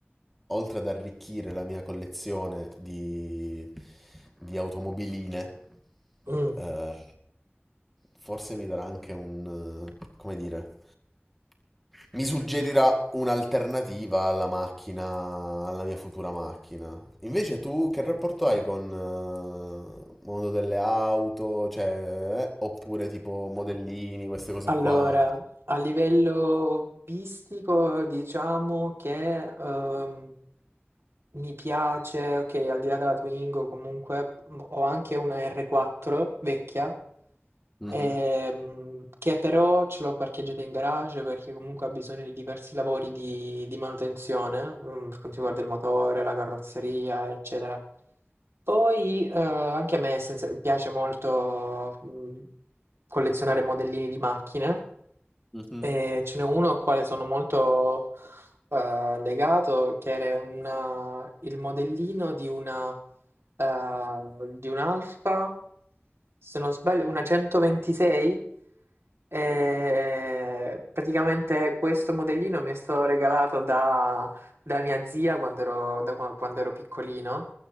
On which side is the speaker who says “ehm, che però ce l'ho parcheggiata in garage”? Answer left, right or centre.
Right